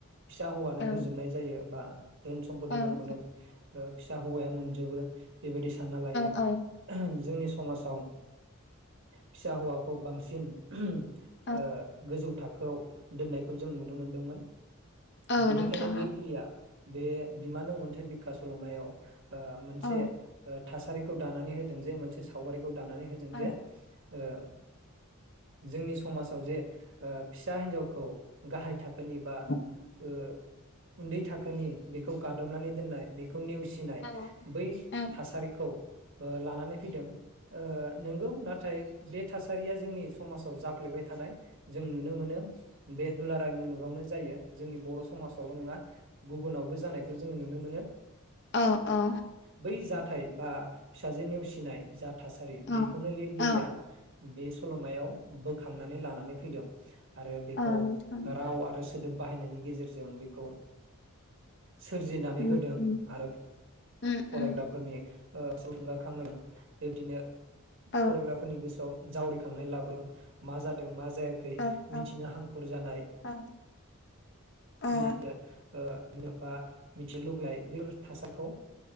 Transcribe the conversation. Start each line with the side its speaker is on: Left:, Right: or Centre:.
Right: फिसा हौवानो
Left: औ
Right: होजोबनाय
Left: औ
Right: जायो बा धोन सम्पतिफोरखौनो
Left: औ
Right: ओ फिसा हौवाया मोनजोबो। बेबायदि सानना लायो
Left: औ औ
Right: जोंनि समाजाव फिसा हौवाखौ बांसिन
Left: औ
Right: ओ गोजौ था खौ दोननायखौ जों नुनो मोनदोंमोन।
Left: औ
Right: बेनिखायनो
Left: नोंथां
Right: लिरगिरिया बे बिमा नों अन्थाइ बिखा सल'मायाव ओ मोनसे
Left: औ नोंथां औ
Right: ओ थासारिखौ दानानै होदों जे मोनसे सावगारिखौ लानानै होजोंजों
Left: औ
Right: जे ओ जोंनि समाजाव जे ओ फिसा हिनजावखौ गाहाय थाखोनि बा
Left: <inaudible>
Right: बो उन्दै थाखोनि बेखौ गादबनानै दोननाय बेखौ नेवसिनाय
Left: औ
Right: बै
Left: औ
Right: थासारिखौ ओ लानानै फैदों। ओ नोंगौ नाथाय बे थासारिया जोंनि समाजाव जाफ्लेबाय थानाय जों नुनो मोनो। बे दुलाराय मुलुगावनो जायो। जोंनि बर' स समाजावल' नोङा गुबुनावबो जानायखौ जोङो नुनो मोनो
Left: औ औ
Right: बै जा थाय बा फिसाजो नेवसिनाय जा थासारि
Left: औ
Right: बेखौनो लिरगिरिया
Left: औ
Right: बे सल'मायाव बोखांनानै लानानै फैदों आरो बेखौ
Left: औ नोंथां
Right: राव आरो सो सोदोब बाहायनायनि गेजेरजों बेखौ सोरजिनानै
Left: उम
Right: होदों
Left: उम
Right: आरो
Left: उम
Right: फरायग्राफोरनि ओ थुलुंगा खांहोदों बेबदिनो
Left: औ
Right: फरायग्राफोरनि गोसोआव जावरिखांनाय लाबो मा जादों मा ज जायाखै
Left: औ औ
Right: मिथिनो हांखुर जानाय
Left: औ औ
Right: बुजियो ओ बा मिथिनो लुबैनाय बैफोर थासारिखौ